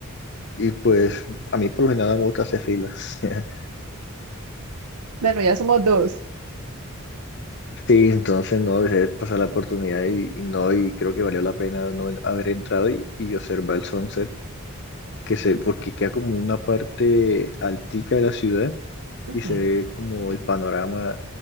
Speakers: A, on the left; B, on the right.
A: Y pues a mí por lo general no me gusta hacer filas. <laughs>
B: Bueno, ya somos dos.
A: Sí, entonces no dejé pasar la oportunidad y, y no, y creo que valió la pena no en- haber entrado y, y observar el sunset, que se, porque queda como una parte altica de la ciudad
B: Ujú.
A: y se ve como el panorama,